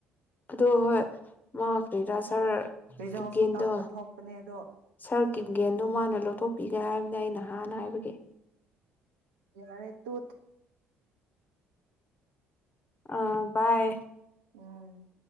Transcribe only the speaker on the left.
ꯑꯗꯣ ꯍꯣꯏ ꯃꯥ ꯀꯩꯔꯥ ꯁꯥꯔ
ꯀꯤꯞꯒꯦꯟꯗꯣ
ꯁꯥꯔ ꯀꯤꯞꯒꯦꯟꯗꯣ ꯃꯥꯅ ꯂꯧꯊꯣꯛꯄꯤꯒꯦ ꯍꯥꯏꯕꯅꯦ ꯑꯩꯅ ꯍꯥꯟꯅ ꯍꯥꯏꯕꯒꯤ꯫
ꯑꯥ ꯕꯥꯏ꯫